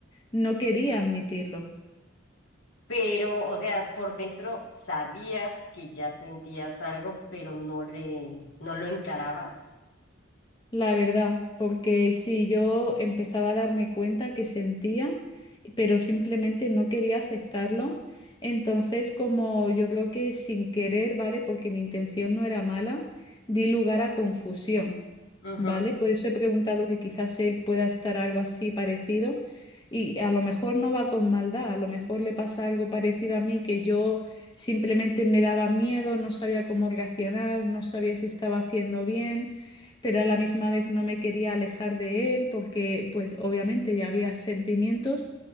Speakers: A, on the left; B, on the left.
A: no quería admitirlo.
B: Pero, o sea, por dentro sabías que ya sentías algo, pero no le, no lo encarabas.
A: La verdad, porque sí, yo empezaba a darme cuenta que sentía, pero simplemente no quería aceptarlo. Entonces, como yo creo que sin querer, ¿vale? Porque mi intención no era mala, di lugar a confusión,
B: Ujú.
A: ¿vale? Por eso he preguntado que quizás él pueda estar algo así parecido y a lo mejor no va con maldad, a lo mejor le pasa algo parecido a mí que yo simplemente me daba miedo, no sabía cómo reaccionar, no sabía si estaba haciendo bien pero a la misma vez no me quería alejar de él porque pues obviamente ya había sentimientos